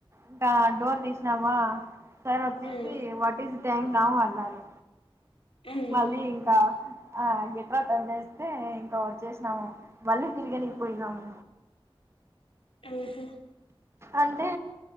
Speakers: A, on the right; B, on the left.
A: ఇంకా డోర్ తీసినామా సార్ వచ్చేసి
B: మ్మ్
A: <unintelligible> న్నావు అన్నారు
B: మ్మ్
A: మళ్ళీ ఇంకా ఆ <unintelligible> ఇంకా వచ్చేసినాము మళ్ళీ తిరిగనికి పోయినాము
B: ఆ హ్
A: అంటే